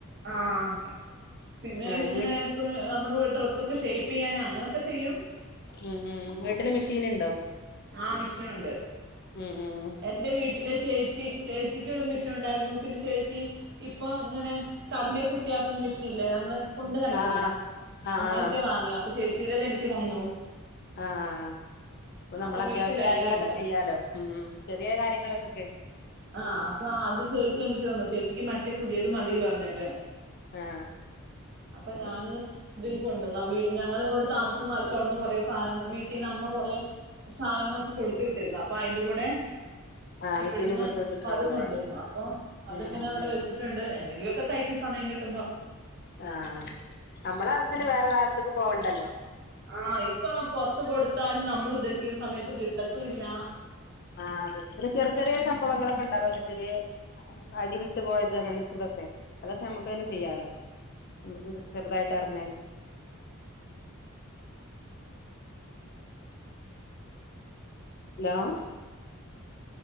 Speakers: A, on the right (about 55°); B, on the left (about 50°).
A: ആഹ് പിന്നെ
B: ആ
A: ഇങ്ങനെ
B: വീട്ട
A: തുണി നമ്മുടെ ഡ്രസ്സൊക്കെ ഷേപ്പ് ചെയ്യാനാണ്. ഒക്കെ ചെയ്യും.
B: ഉം ഉം വീട്ടില് മെഷീൻ ഉണ്ടോ?
A: ആ മിഷനുണ്ട്
B: ഉം ഉം
A: എന്റെ വീട്ടില് ചേച്ചി ചേച്ചിക്ക് എനിക്ക് ഒരു മെഷീൻ ഉണ്ടായിരുന്നു പിന്നെ ചേച്ചി ഇപ്പൊ ഇങ്ങനെ കറന്റെ കുത്തിയാക്കുന്ന മെഷീൻ ഇല്ലേ? നമ്മള് കൊണ്ട് നടക്കുന്നേ
B: ആ ആ ആ
A: അങ്ങത്തെ വാങ്ങിയ ചേച്ചിയടേത് എനിക്ക് തന്നു.
B: ആഹ് ആഹ്. ഇപ്പൊ നമ്മൾ
A: അപ്പൊ
B: അത്യാവശ്യ
A: വീട്ടിൽ വേറെ
B: കാര്യങ്ങളൊക്കെ
A: ഉണ്ട്.
B: ചെയ്യാലോ. ഉം ഉം ചെറിയ കാര്യങ്ങളൊകൊക്കെ,
A: ആഹ് അപ്പൊ അത് ചേച്ചി എനിക്ക് തന്നു ചേച്ചിക്ക് മറ്റേ പുതിയത് മതി പറഞ്ഞിട്ടെ,
B: ആ
A: അപ്പൊ
B: അതെ
A: ഞാന് ഇത് <unintelligible> ഞങ്ങള് ഇങ്ങോട്ട് താമസം മാറീപ്പൊ അവിട്നന്ന് കുറേ സാനങ്ങൾ വീട്ടിൽന്ന് അമ്മ കൊറെ സാധനങ്ങളൊക്കെ കൊടുത്തു വിട്ടിരുന്നു അപ്പൊ അതിന്റെ കൂടെ
B: ആഹ്
A: ഇവിടുന്ന്
B: മെഷീനും കൊടുത്ത് വിട്ടിട്ടുണ്ടാവൂലേ
A: അതും കൊണ്ടന്ന്, അപ്പൊ അതങ്ങനെ
B: ഉം ഉം
A: അവിടെ വെച്ചിട്ടുണ്ട്
B: ഉം
A: എന്തെങ്കിലുമൊക്കെ തയ്ക്ക സമയം കിട്ടുമ്പോ
B: ആഹ് നമ്മള് <unintelligible> വേറൊരാൾത്തുക് പോവണ്ടല്ലൊ.
A: ആഹ് ഇപ്പൊ പൊററത്ത് കൊടുത്താലും നമ്മൾ ഉദ്ദേശിക്കുന്ന സമയത്ത് കിട്ടത്തുല്ലാ.
B: ആഹ് അതെ ചെറിയ ചെറിയ സംഭവങ്ങളൊക്കെ ഉണ്ടാവുമല്ലോ, ചെറിയ അടി വിട്ടുപോയത് അങ്ങനത്തതൊക്കെ അതൊക്കെ നമുക്ക് തന്നെ ചെയ്യാലോ, നമുക്ക് ചെറുതായിട്ട് അറിഞ്ഞാല്. ഹലോ!